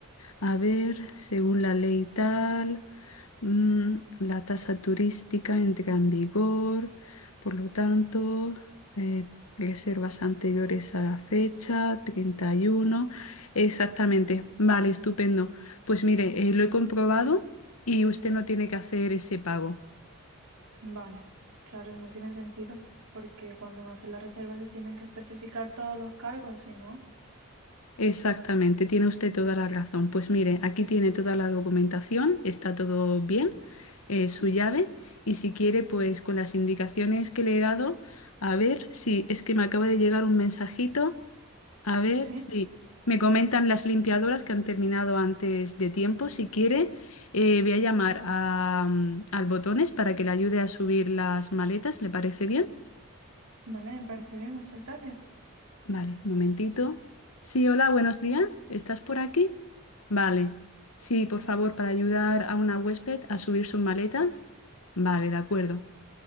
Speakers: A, on the left (about 75°); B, on the right (about 80°).
A: A ver, según la ley tal. Mm, la tasa turística entra en vigor, por lo tanto, eh, reservas anteriores a fecha treinta y uno Exactamente, vale, estupendo. Pues mire, eh, lo he comprobado y usted no tiene que hacer ese pago.
B: Vale, claro, no tiene sentido, porque cuando uno hace la reserva se tienen que especificar todos los cargos, si no.
A: Exactamente, tiene usted toda la razón. Pues mire, aquí tiene toda la documentación, está todo bien, eh, su llave, y si quiere, pues con las indicaciones que le he dado, a ver si es que me acaba de llegar un mensajito, a ver
B: Sí,
A: si me comentan las limpiadoras que han terminado antes de tiempo. Si quiere, eh, voy a llamar a, mm, al Botones para que le ayude a subir las maletas, ¿le parece bien?
B: vale, me parece bien, muchas gracias.
A: Vale, un momentito. Sí, hola, buenos días. ¿Estás por aquí? Vale. Sí, por favor, para ayudar a una huésped a subir sus maletas. Vale, de acuerdo.